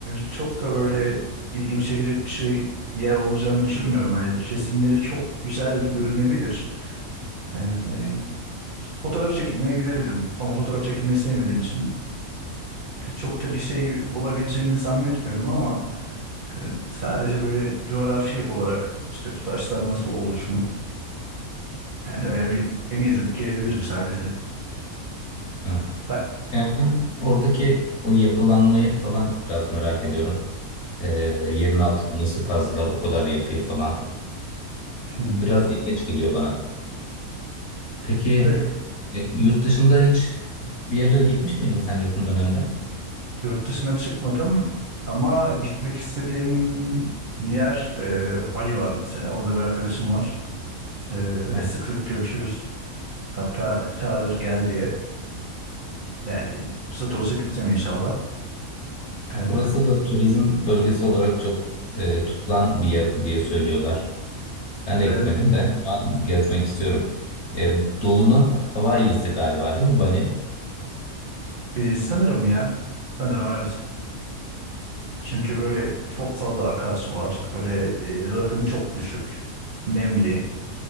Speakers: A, on the right (about 50°); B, on the left (about 50°).
A: çok da böyle ilgimi çekecek bir şey bir yer olacağını düşünmüyorum. Hani resimleri çok güzel görünebilir. E, e, fotoğraf çekilmeye gidebilirim ama fotoğraf çekilmeyi sevmediğim için çok da bir şey olabileceğini zannetmiyorum ama e, sadece böyle coğrafi olarak işte bu taşlar nasıl oluşmuş yani öyle bir gezip gelebilirim sadece.
B: Evet.
A: Ben,
B: Yani ben oradaki o yapılanmayı falan biraz merak ediyorum. Ee, yerin altını nasıl kazdılar o kadar yapıyı falan.
A: <clears throat>
B: Biraz ilginç geliyor bana. Peki
A: evet
B: e, yurt dışında hiç bir yerlere gitmiş miydin sen yakın dönemde?
A: Yurt dışına çıkmadım ama gitmek istediğim yer e, Bali var mesela. Orada bir arkadaşım var. E,
B: Evet.
A: sık sık görüşürüz. Hatta çağırır gel diye. Yani fırsat olsa gideceğim inşallah.
B: Ya
A: E,
B: Burası da turizm bölgesi olarak çok e, tutulan bir yer diye söylüyorlar. Ben de
A: evet
B: gitmedim de ama gezmek istiyorum. E, Doğu'nun Hawaii'si galiba değil mi Bali?
A: e, sanırım ya. Sanırım evet. Çünkü böyle çok fazla akarsu var. Böyle e, rakım çok düşük. Nemli.